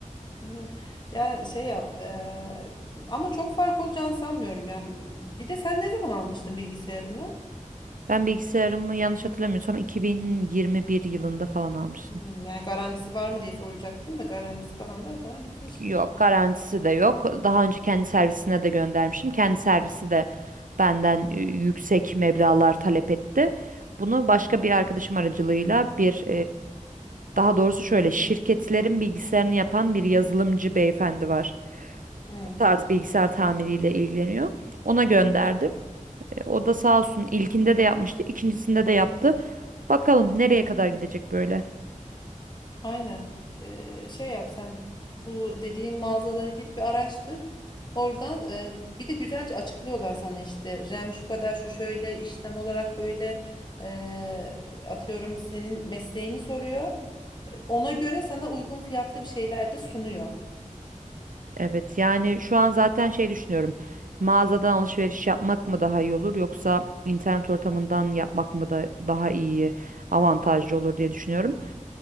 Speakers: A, on the left (about 35°); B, on the right (about 80°).
A: Evet. Ya şey yap. eee, ama çok fark olacağını sanmıyorum. Yani bir de sen ne zaman almıştın bilgisayarını?
B: Ben bilgisayarımı yanlış hatırlamıyorsam 2021 yılında falan almıştım.
A: Hmm, yani garantisi var mı diye soracaktım da garantisi falan da o zaman bitmiştir.
B: Yok, garantisi de yok. Daha önce kendi servisine de göndermiştim. Kendi servisi de benden e, yüksek meblağlar talep etti. Bunu başka bir arkadaşım aracılığıyla bir Daha doğrusu şöyle şirketlerin bilgisayarını yapan bir yazılımcı beyefendi var.
A: Hmm,
B: Bu tarz bilgisayar tamiriyle ilgileniyor. Ona gönderdim. E, O da sağ olsun ilkinde de yapmıştı, ikincisinde de yaptı. Bakalım nereye kadar gidecek böyle.
A: aynen. Eee, şey yap sen. Bu dediğim mağazaları git bir araştır. Oradan eee, bir de güzelce açıklıyorlar sana işte RAM şu kadar şu şöyle işlem olarak böyle eee, atıyorum senin mesleğini soruyor. Ona göre sana uygun fiyatlı bir şeyler de sunuyor.
B: Evet yani şu an zaten şey düşünüyorum. Mağazadan alışveriş yapmak mı daha iyi olur yoksa internet ortamından yapmak mı da daha iyi, avantajlı olur diye düşünüyorum.